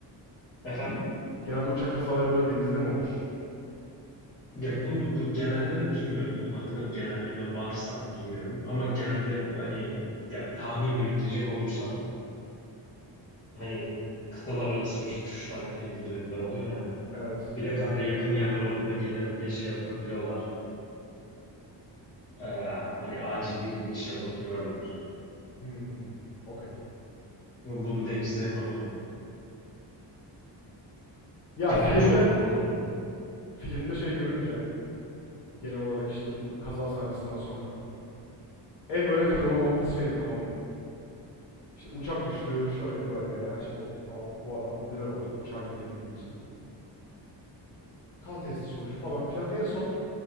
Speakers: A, on the left (about 25°); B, on the left (about 80°).
A: Efendim?
B: Genelde uçak kazaları böyle denizde mi olur?
A: Ya bu, bu genelleme bilmiyorum. Bunun hakkında bir genelleme varsa bilmiyorum. Ama genelde hani ya tahmin yürütecek olursam hani kıtalar arası uçuşlar hep deniz üzerinden oluyor ya.
B: Evet.
A: Bir de karaya yakın yerler olduğunda genelde şey yapabiliyorlar. Ee, hani acil bir iniş yapabiliyorlar.
B: Hmm. Okey.
A: Bu Bunu denizde yapamıyorlar.
B: Ya
A: Ya
B: filmde
A: bence onlar olabilir.
B: filmde şey görünce genel olarak işte bu kaza sahnesinden sonra en böyle kırılma noktası şeydi tamam mı? İşte uçak düştü, şöyle böyle her şey oldu falan. Bu adam popüler oldu uçağı indirebildiği için. Kan testi sonucu falan filan. En son